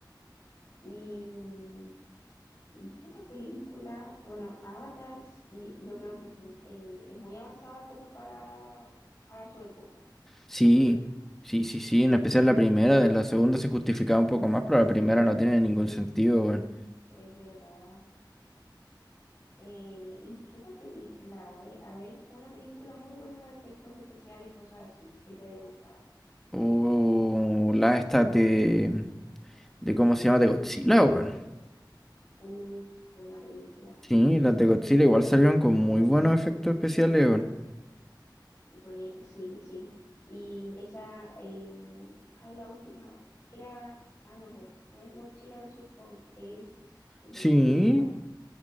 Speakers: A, on the left; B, in the centre.
A: y mm, ¿Qué otra película? Bueno, Avatar sí, yo creo que es, mu- eh, es muy avanzada como para, para su época.
B: Sí, sí, sí, sí, en especial la primera, la segunda se justificaba un poco más,
A: Sí,
B: pero la primera no tiene ningún sentido, weón.
A: es verdad. Eh, ¿y qué otra película hay? A ver, una película muy buena de efectos especiales y cosas así, que te haya gustado.
B: O las estas de, de, ¿cómo se llama? De Godzilla, weón.
A: Uh, buena película.
B: Sí, las de Godzilla igual salieron con muy buenos efectos especiales, weón.
A: Bue- sí, sí. Y esa, em, ay, la última era, ah, no, po, no es Godzilla versus Kong, es Godzilla,
B: Sí.